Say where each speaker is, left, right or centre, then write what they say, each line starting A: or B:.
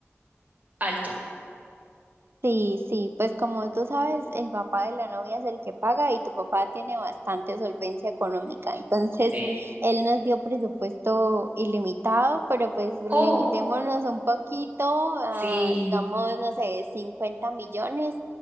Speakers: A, on the right; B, on the right.
A: alto.
B: Sí, sí, pues como tú sabes, el papá de la novia es el que paga y tu papá tiene bastante solvencia económica. Entonces,
A: Sí.
B: él nos dio presupuesto ilimitado, pero pues limitémonos
A: Oh,
B: un poquito a,
A: sí.
B: digamos, no sé, 50 millones